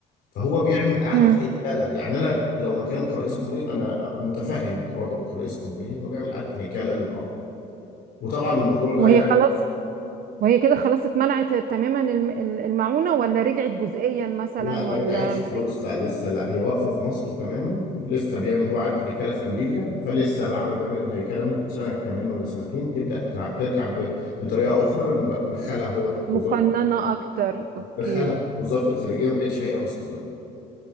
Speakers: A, on the left (about 70°); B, on the right (about 60°).
A: فهو بيعمل اعاده
B: مم.
A: هيكله يعني انا لو مكانه كرئيس جمهوريه انا متفهم وضعه كرئيس جمهوريه انه بيعمل اعاده هيكله للامر وطبعا الموضوع ده
B: وهي
A: يعني
B: خلاص وهي كده خلاص اتمنعت تماما الم- ال- المعونة ولا رجعت جزئيا مثلا
A: لا ما
B: ولا
A: رجعتش
B: ما
A: خالص
B: رجعت
A: لا لسه لا هي واقفه في مصر تماما ولسه بيعمل هو اعاده هيكله في امريكا فلسه بعد ما نعمل الهيكله ممكن سنه كمان ولا سنتين تبدا تع- ترجع ب- بطريقه اخرى لان د- دخلها هو تحت
B: مقننة
A: وزاره
B: أكتر أوكي
A: دخلها تحت وزاره الخارجيه ما بقتش هيئه مستقله